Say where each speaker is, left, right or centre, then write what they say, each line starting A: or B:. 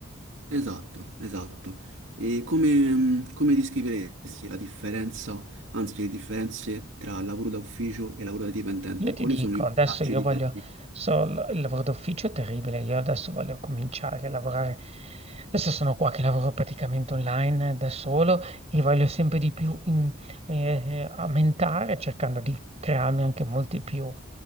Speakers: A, on the right; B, on the right.
A: Esatto, esatto. E come, mh, come descriveresti la differenza, anzi le differenze tra lavoro da ufficio e lavoro da dipendente?
B: Io ti
A: Quali
B: dico,
A: sono i vantaggi
B: adesso io
A: di
B: voglio,
A: te?
B: so, l- il lavoro d'ufficio è terribile, io adesso voglio cominciare a lavorare, adesso sono qua che lavoro praticamente online da solo e voglio sempre di più in- eh, eh, aumentare cercando di crearmi anche molti più,